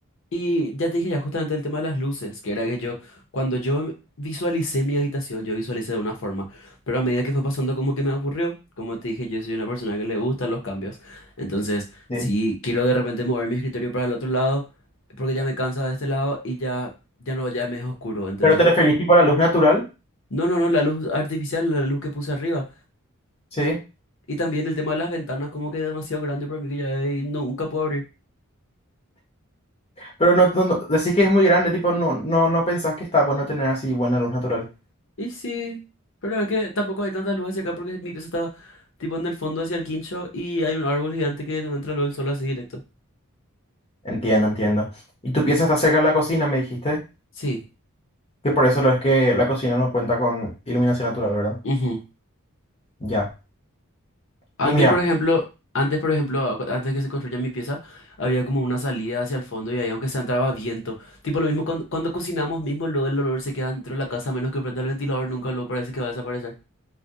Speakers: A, on the left; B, on the left.
A: Y ya te dije ya justamente el tema de las luces, que era que yo, cuando yo visualicé mi habitación, yo visualicé de una forma, pero a medida que fue pasando como que me aburrió, como te dije, yo soy una persona que le gustan los cambios, entonces
B: Sí.
A: si quiero de repente mover mi escritorio para el otro lado, porque ya me cansa de este lado y ya, ya no, ya me es oscuro, ¿entendés?
B: ¿Pero te referís tipo a la luz natural?
A: No, no, no, la luz artificial, la luz que puse arriba,
B: Sí.
A: y también el tema de las ventanas como que es demasiado grande para mí que ya eh, nunca puedo abrir.
B: Pero no, no, no- decís que es muy grande, tipo, no, no, no pensás que está bueno tener así buena luz natural.
A: Y sí, pero es que tampoco hay tantas luces hacia acá porque mi pieza está tipo en el fondo hacia el quincho y hay un árbol gigante que no entra luz del sol así directo.
B: Entiendo, entiendo. Y tu pieza está cerca de la cocina, me dijiste,
A: Sí.
B: que por eso lo es que la cocina no cuenta con iluminación natural, ¿verdad?
A: ujú.
B: Ya.
A: Antes,
B: Y mira,
A: por ejemplo, antes, por ejemplo, a- antes que se construya mi pieza, había como una salida hacia el fondo y ahí aunque se entraba viento. Tipo lo mismo cuando, cuando cocinamos mismo, lo del olor se queda dentro de la casa, a menos que prenda el ventilador, nunca lo parece que va a desaparecer.